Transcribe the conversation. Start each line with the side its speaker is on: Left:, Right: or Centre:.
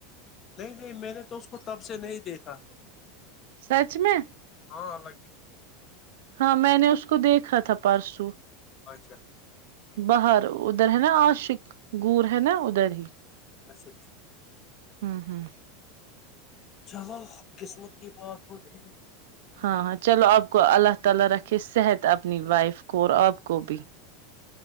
Left: نہیں نہیں میں نے تو اس کو تب سے نہیں دیکھا
Right: سچ میں
Left: ہاں اللہ کی قسم
Right: ہاں میں نے اس کو دیکھا تھا پرسو
Left: اچھا
Right: باہر ادھر ہے نا آشق گور ہے نا ادھر ہی
Left: اچھا اچھا
Right: ہوں ہوں
Left: چلو قسمت کی بات ہوتی ہے
Right: ہاں ہاں چلو آپ کو اللہ تعالی رکھے صحت اپنی وائف کو اور آپ گو بھی